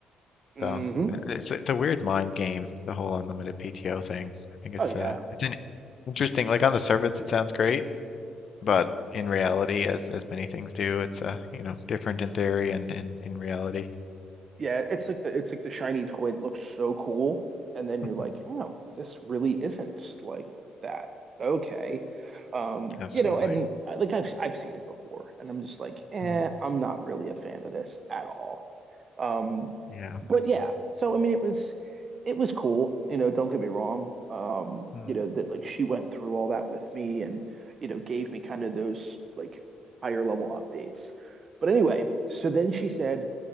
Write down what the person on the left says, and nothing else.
So it- it's it's a weird mind game, the whole unlimited PTO thing. I think it's
uh it's Interesting. Like on the surface, it sounds great, but in reality, as as many things do, it's uh, you know, different in theory and in in reality.
<laughs>
Absolutely.
Mm,
yeah.
Mm,